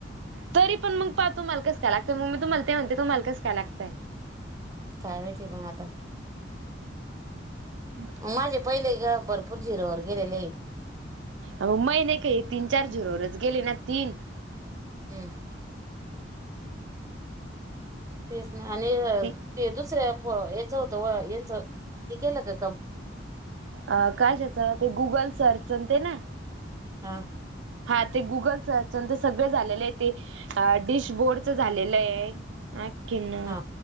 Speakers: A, on the right; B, on the right.
A: तरी पण मग पाहा तूमाला कस काय लागतय? मग मी तुम्हाला ते म्हनते, तूमाला कस काय लागतय?
B: काय माहिती मग आता.
A: हा.
B: माझे पहिले ग, भरपूर झिरोवर गेलेले ये.
A: अ म मै नाही का तीन चार झीरोवरच गेले ना, तीन
B: हू. तेच ना आणि
A: ती
B: ते दुसऱ्या फो याचं होतं व यांच ते केलं का काम?
A: अ काय त्याच ते गुगल सर्च ते न
B: हा.
A: हा ते गुगल सर्चन ते, सगळं झालेलं आहे ते. अ डिश बोर्डच झालेल हाय. हा खीन
B: हा